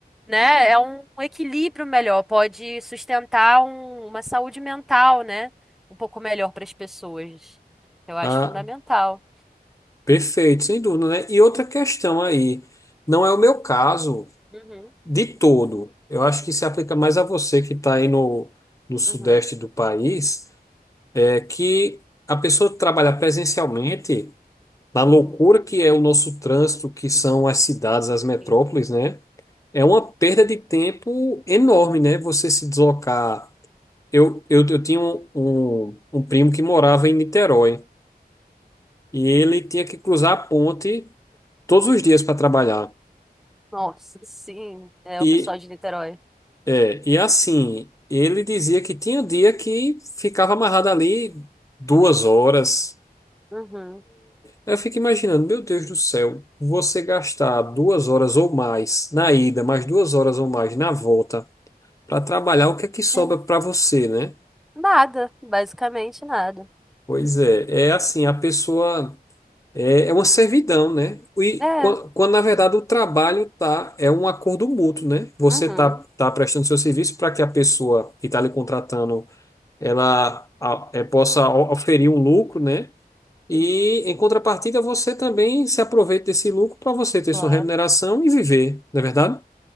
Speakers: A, in the centre; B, on the left.
A: né? É um equilíbrio melhor, pode sustentar um- uma saúde mental, né? Um pouco melhor para as pessoas. Eu acho
B: Ah,
A: fundamental.
B: perfeito, sem dúvida, né? E outra questão aí, não é o meu caso
A: Uhum,
B: de todo. Eu acho que se aplica mais a você que está aí no, no sudeste
A: uhum,
B: do país, é que a pessoa que trabalha presencialmente, na loucura
A: uhum.
B: que é o nosso trânsito, que são as cidades, as metrópoles,
A: Sim.
B: né? É uma perda de tempo enorme, né? Você se deslocar. Eu, eu, eu tinha um, um um primo que morava em Niterói. E ele tinha que cruzar a ponte todos os dias para trabalhar.
A: Nossa, sim, é
B: E,
A: o pessoal de Niterói.
B: é, e assim, ele dizia que tinha dia que ficava amarrado ali duas horas.
A: Uhum.
B: Aí Eu fico imaginando, meu Deus do céu, você gastar duas horas ou mais na ida, mais duas horas ou mais na volta para trabalhar, o que é que sobra
A: Uhum.
B: para você, né?
A: Nada, basicamente nada.
B: Pois é, é assim, a pessoa. É, é uma servidão, né? E
A: É,
B: quan- quando, na verdade, o trabalho tá, é um acordo mútuo, né? Você
A: uhum,
B: tá, tá prestando seu serviço para que a pessoa que está lhe contratando, ela a- é, possa o- oferir um lucro, né? E,
A: uhum,
B: em contrapartida, você também se aproveita desse lucro para você ter
A: claro.
B: sua remuneração e viver, não é verdade?